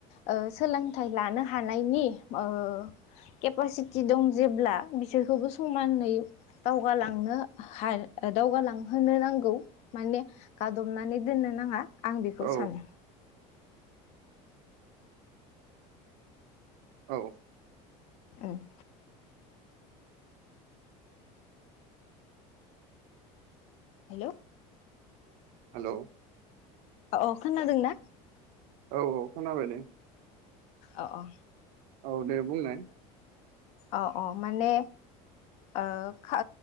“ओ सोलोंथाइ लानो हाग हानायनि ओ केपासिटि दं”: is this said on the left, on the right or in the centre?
Left